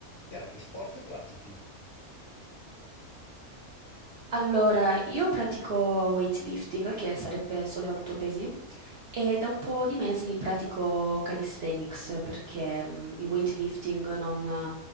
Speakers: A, on the left (about 60°); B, on the right (about 65°).
A: Chiara, che sport pratichi?
B: Allora, io pratico weightlifting, che sarebbe sollevamento pesi, e da un po' di mesi pratico calisthenics perché mm, il weightlifting non,